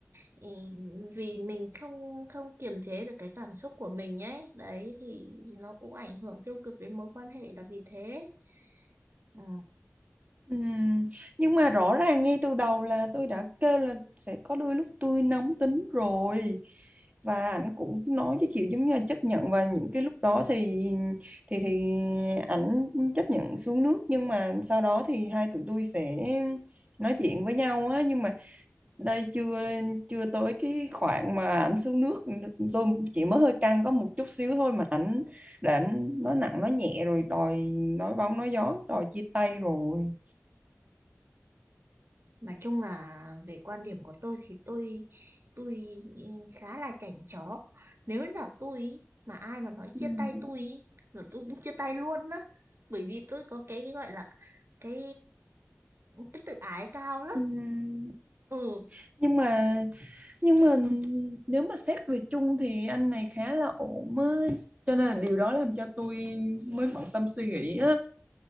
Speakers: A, on the right (about 55°); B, on the right (about 25°).
A: ừ, vì mình không không kiềm chế được cái cảm xúc của mình ấy, đấy thì nó cũng ảnh hưởng tiêu cực đến mối quan hệ là vì thế. Ừ.
B: Ừm, Nhưng mà rõ ràng ngay từ đầu là tôi đã kêu là sẽ có đôi lúc tôi nóng tính rồi và ảnh cũng nói cái kiểu giống như là chấp nhận và những cái lúc đó thì thì thì ảnh chấp nhận xuống nước nhưng mà sau đó thì hai tụi tôi sẽ nói chuyện với nhau á nhưng mà đây chưa chưa tới cái khoảng mà ảnh xuống nước tôi chỉ mới hơi căng có một chút xíu thôi mà ảnh đã nói nặng nói nhẹ rồi đòi nói bóng nói gió đòi chia tay rồi
A: Nói chung là về quan điểm của tôi thì tôi tôi khá là chảnh chó. Nếu là tôi ý, mà ai mà nói
B: Ừ.
A: chia tay tôi ý, rồi tôi cũng chia tay luôn á. Bởi vì tôi có cái gọi là cái cái tự ái cao lắm.
B: Ừ.
A: Ừ,
B: Nhưng mà nhưng mà nếu mà xét về chung thì anh này khá là ổn á cho nên là điều đó làm cho tôi mới bận tâm suy nghĩ á